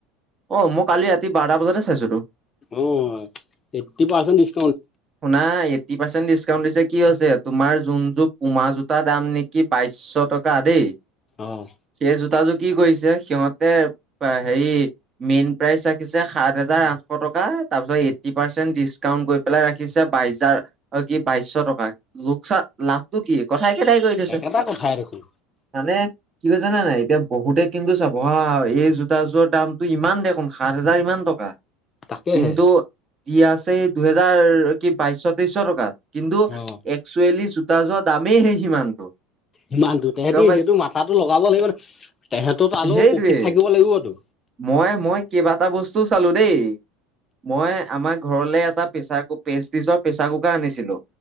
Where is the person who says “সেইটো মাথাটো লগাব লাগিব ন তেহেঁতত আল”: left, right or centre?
Left